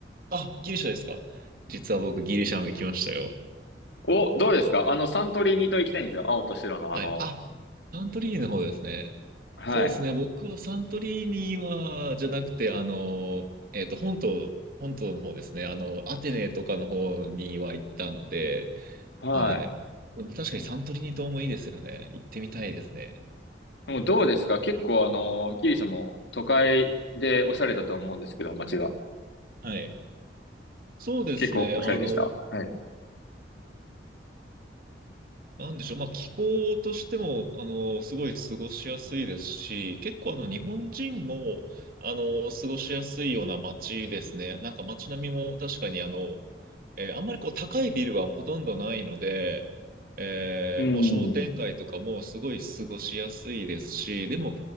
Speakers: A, on the right; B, on the left.
A: あ、ギリシャですか。実は僕、ギリシャも行きましたよ。
B: お、どうですかあの、サントリーニ島行きたいんですよ。青と白のあの、
A: はい。あ、サントリーニの方ですね。
B: はい。
A: そうですね。僕はサントリーニは、じゃなくて、あの、えっと、本島、本島の方ですね。あの、アテネとかの方には行ったので、
B: はい。
A: はい。でも確かにサントリーニ島もいいですよね。行ってみたいですね。
B: でもどうですか結構あの、ギリシャも都会でおしゃれだと思うんですけど、街が。
A: はい。そうですね。
B: 結構おしゃれでした。
A: あの、
B: はい。
A: なんでしょう。まあ、気候としても、あの、すごい過ごしやすいですし、結構あの、日本人も、あの、過ごしやすいような街ですね。なんか街並みも確かにあの、えーあんまりこう、高いビルはほとんどないので、えーもう商店街とかもすごい過ごしやすいですし、
B: うん。
A: でも、